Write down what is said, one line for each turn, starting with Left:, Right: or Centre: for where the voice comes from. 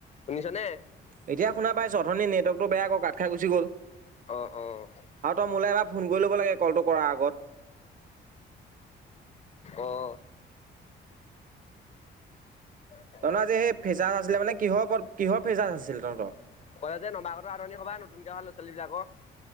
Left: শুনিছ নে?
Right: এতিয়া শুনা পাইছ অথনী নেৱৰ্কটো বেয়া ক কাট খাই গুচি গ'ল।
Left: অ', অ',
Right: আৰু তই মোলৈ এবাৰ ফোন কৰি ল'ব লাগে কলটো কৰাৰ আগত।
Left: আহ! <inaudible>
Right: তহত আজি ফেচাজ আছিলে মানে কিহৰ ওপৰত কিহৰ ফেচাছ আছিল তহঁত।
Left: কয় যে নমাগত সভা নতুনকে অহা ল'ৰা ছোৱালীবীলাক।